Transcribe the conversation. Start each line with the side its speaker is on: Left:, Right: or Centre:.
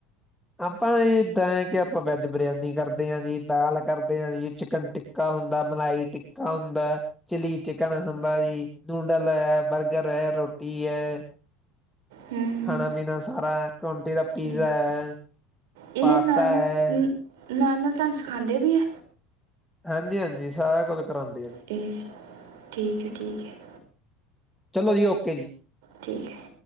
Centre: ਆਪਾਂ ਇਦਾਂ ਹੈ ਕਿ ਆਪਾਂ ਵੈੱਜ ਬਰਿਆਨੀ ਕਰਦੇ ਹਾਂ ਜੀ ਦਾਲ ਕਰਦੇ ਹਾਂ ਜੀ ਚਿਕਨ ਟ ਟਿੱਕਾ ਹੁੰਦਾ ਮਲਾਈ ਟਿੱਕਾ ਹੁੰਦਾ ਚਿਲੀ ਚਿਕਨ ਹੁੰਦਾ ਜੀ ਨੂਡਲ ਹੈ, ਬਰਗਰ ਹੈ ਰੋਟੀ ਹੈ।
Right: ਹੂੰ ਹੂੰ
Centre: ਖਾਣਾ ਪੀਣਾ ਸਾਰਾ ਕੰਟੀ ਦਾ ਪੀਜ਼ਾ
Right: ਠੀਕ
Centre: ਹੈ
Right: ਇਹ
Centre: ਪਾਸਤਾ
Right: ਨਾਲ
Centre: ਹੈ
Right: -ਨਾਲ ਤਾਂਨੂੰ ਸਿਖਾਂਦੇ ਵੀ ਹੈ।
Centre: ਹਾਂਜੀ ਹਾਂਜੀ ਸਾਰਾ ਕੁੱਝ ਕਰਾਉਂਦੀਆਂ,
Right: ਅਤੇ ਠੀਕ ਹੈ ਠੀਕ ਹੈ।
Centre: ਚਲੋ ਜੀ ਓਕੇ ਜੀ
Right: ਠੀਕ ਹੈ।